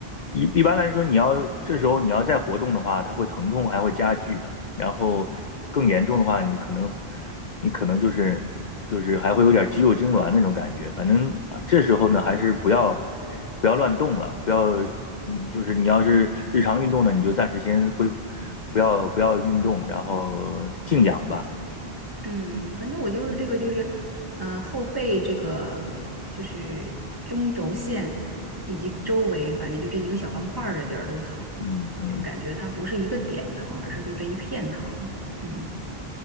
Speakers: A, on the left; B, on the right.
A: 一一般来说，你要这时候你要再活动的话，它会疼痛还会加剧的。然后更严重的话，你可能你可能就是就是还会有点肌肉痉挛那种感觉。反正啊，这时候呢，还是不要不要乱动了，不要嗯，就是你要是日常运动呢，你就暂时先恢复，不要不要运动，然后静养吧。
B: 嗯，反正我就是这个，就是，嗯，后背这个就是中轴线以及周围，反正就这一个小方块儿的地儿都疼，
A: 嗯嗯，
B: 就是感觉它不是一个点疼，而是就这一片疼，嗯。